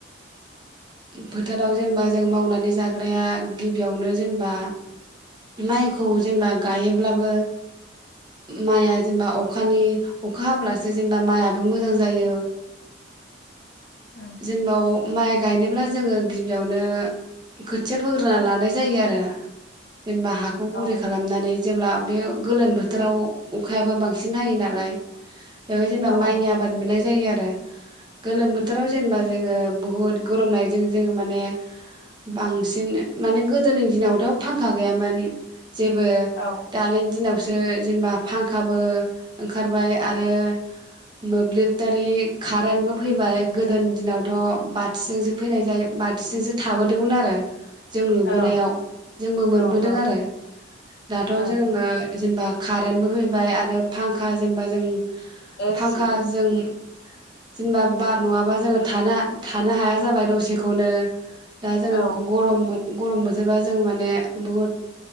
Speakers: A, on the right; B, on the left.
A: फोथाराव जेनेबा जों मावनानै जाग्राया गिबियावनो जेनेबा माइखौ जेनेबा गायोब्लाबो माइआ जेनेबा अखानि अखा हाब्लासो जेनेबा माइ आबो मोजां जायो
B: उम
A: जेनेबाव माइ बेनोब्ला जोङो गिबियावनो खोथिया फोग्रोना लानाय जायो आरो जेनेबा हाखौ गुरै
B: औ
A: खालामनानै जेब्ला बे गोलोम बोथोराव अखायाबो बांसिन हायो नालाय बेवहाय जेनेबा
B: औ
A: माइनि आबाद मोननाय जायो आरो <unintelligible> गोलोम बोथोराव जेनेबा जोङो बुहुद गरमनायजों जोङो माने बांसिन माने गोदोनि दिनावथ' फांखा गैयामोन जेबो
B: औ
A: दानि दिनाव सो जेनेबा फांखाबो ओंखारबाय आरो मोब्लिबारि कारेन्बो फैबाय गोदोनि दिनावथ' बा थिजोंसो फैनाय जाय बाथिजोंसो थाबोदोंमोन आरो जों नुबोनायाव
B: औ
A: जोंबो मोनबोदों
B: औ औ।
A: आरो दाथ'
B: औ
A: जोङो जेनेबा कारेन्बो फैबाय आरो फांखा जेनेबा जों
B: एसि
A: फांखा जों जेनेबा बार नङाबा जोङो थाना थानो हाया जाबाय दसेखौनो दा जोङो
B: औ
A: गरम गरम बोथोरबा जों माने बुहुद